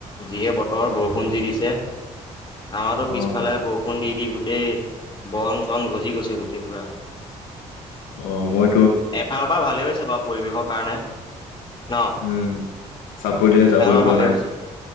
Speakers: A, on the left; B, on the left.
A: যিহে বতৰ বৰষুণ যি দিছে। আমাৰটো পিছফালে
B: অ',
A: বৰষুণ দি দি গো এই বন-চন গজি গৈছে গোটেই পুৰা।
B: অ মই
A: এফালৰ পৰা ভালেই হৈছে বাৰু পৰিৱেশৰ কাৰণে। ন
B: উম চাপৰিলে
A: এফালৰ
B: যাবই
A: পৰা
B: পোৱা
A: ভালেই
B: নাই।
A: হৈছে